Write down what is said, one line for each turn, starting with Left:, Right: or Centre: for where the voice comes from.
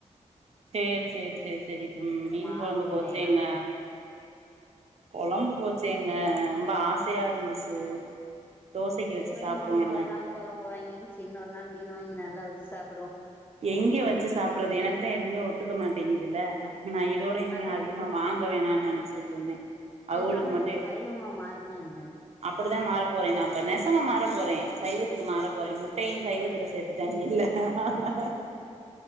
Right: சேரி செரி செரி செரி இப்ப மீன்
Left: மாவு
Right: கொழம்பு போச்சேங்க
Left: இல்லையா
Right: கொழம்பு போச்சேங்க ரொம்ப ஆசையா இருந்துச்சு தோசைக்கு
Left: செரி
Right: வச்சு
Left: விடுங்க
Right: சாப்டுவோன்னு
Left: இன்னோர் நாள் கொழம்பு வாங்கி சீ இன்னோர் நாள் மீனு வாங்கி நல்லா வெச்சு சாப்புடுவோ
Right: எங்க வச்சி சாப்றது எனக்தே எதுவுமே ஒத்துக்க மாட்டேங்கிதுல அப்ப நா இதோட இனிமே
Left: அத
Right: அதிக்ம நா வாங்க வேணாண் நெனச்சிட்ருந்தே அவுகளுக்கு
Left: பேசாம
Right: மட்டு
Left: நீங்க
Right: இருக்கு
Left: சைவமா மாறுனா என்ன
Right: அப்டிதா மாற போறே நா இப்ப நெசமா மாற போறே சைவத்துக்கு மாற போறே முட்டையு சைவத்துல சேத்துட்டாய்ங்கில்ல அத்னால